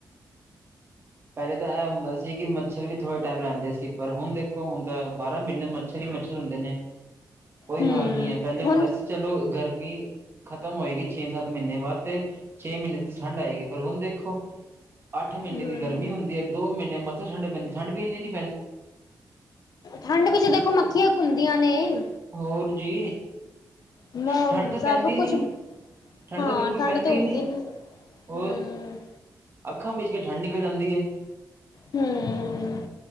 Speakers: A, on the right; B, on the left.
A: ਪਹਿਲੇ ਤਾ ਇਹ ਹੁੰਦਾ ਸੀ ਸੀ ਕਿ ਮੱਛਰ ਵੀ ਥੋੜ੍ਹੇ ਟਾਈਮ ਰਹਿੰਦੇ ਸੀ। ਪਰ ਹੁਣ ਦੇਖੋ ਹੁਣ ਤਾਂ ਬਾਰਾਂ ਮਹੀਨੇ ਮੱਛਰ ਹੀ ਮੱਛਰ ਹੁੰਦੇ ਨੇਂ। ਕੋਈ
B: ਹੂੰ
A: ਹਲ ਨਹੀਂ ਹੈ, ਪਹਿਲੇ ਹੁੰਦਾ
B: ਹੁਣ
A: ਸੀ ਚਲੋ ਗਰਮੀ ਖਤਮ ਹੋਏਗੀ ਛੇ-ਸੱਤ ਮਹੀਨੇ ਬਾਅਦ, ਤੇ ਛੇ ਮਹੀਨੇ ਚ ਤੇ ਠੰਢ ਆਏਗੀ। ਪਰ ਹੁਣ ਦੇਖੋ ਅੱਠ ਮਹੀਨੇ
B: ਹੂੰ
A: ਦੀ ਗਰਮੀ ਹੁੰਦੀ ਏ। ਦੋ ਮਹੀਨੇ ਮਸਾਂ ਠੰਡ ਪੈਂਦੀ ਏ। ਠੰਡ ਵੀ ਇੰਨੀ ਨੀ
B: ਠੰਡ ਵਿੱਚ ਦੇਖੋ ਮੱਖੀਆਂ ਘੁੰਮਦੀਆਂ ਨੇਂ।
A: ਹੋਰ ਜੀ।
B: ਮ
A: ਠੰਡ ਤਾਂ ਪੈਂਦੀ
B: ਸਭ
A: ਨੀ।
B: ਕੁਛ
A: ਠੰਡ
B: ਹਾਂ
A: ਤਾਂ ਬਿਲਕੁਲ
B: ਠੰਡ
A: ਪੈਂਦੀ
B: ਤੇ ਹੁੰਦੀ
A: ਨੀ,
B: ਹੂੰ
A: ਹੋਰ ਅੱਖਾਂ ਮੀਚ ਕੇ ਠੰਡ ਨਿਕਲ ਜਾਂਦੀ ਹੈ।
B: ਹਮ।